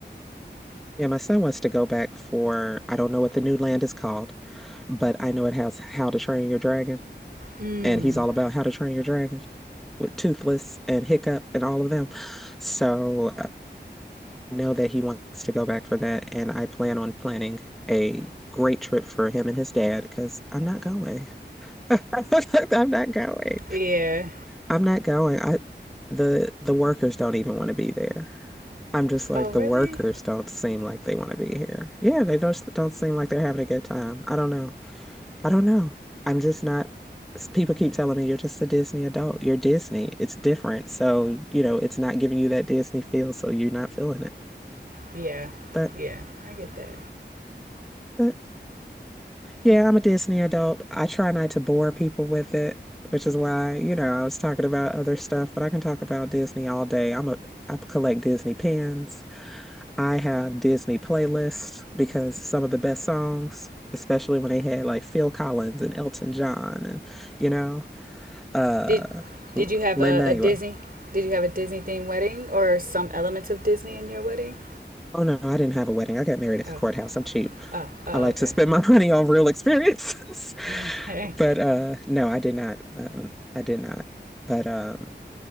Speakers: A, in the centre; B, on the right (about 55°).
A: Yeah, my son wants to go back for, I don't know what the new land is called, but I know it has How to Train Your Dragon.
B: Mm.
A: And he's all about How to Train Your Dragon with Toothless and Hiccup and all of them. So uh, I know that he wants to go back for that. And I plan on planning a great trip for him and his dad because I'm not going. <laughs> I'm not going.
B: Yeah.
A: I'm not going. I, the the workers don't even want to be there. I'm just like
B: Oh, really?
A: the workers don't seem like they want to be here. Yeah, they don't don't seem like they're having a good time. I don't know. I don't know. I'm just not. People keep telling me you're just a Disney adult. You're Disney. It's different. So, you know, it's not giving you that Disney feel, so you're not feeling it.
B: Yeah.
A: But
B: Yeah. I get that.
A: but yeah, I'm a Disney adult. I try not to bore people with it, which is why, you know, I was talking about other stuff, but I can talk about Disney all day. I'm a I collect Disney pins. I have Disney playlists because some of the best songs, especially when they had like Phil Collins and Elton John and, you know, uh
B: Did Did you have
A: Lin-Manuel.
B: a, a Disney? Did you have a Disney themed wedding or some elements of Disney in your wedding?
A: Oh no, I didn't have a wedding. I got married at
B: Oh.
A: the courthouse. I'm cheap.
B: Oh. Oh.
A: I like
B: Okay.
A: to spend
B: <laughs>
A: <laughs> my money on real experiences. <laughs>
B: Okay.
A: But uh no, I did not. Um, I did not. But um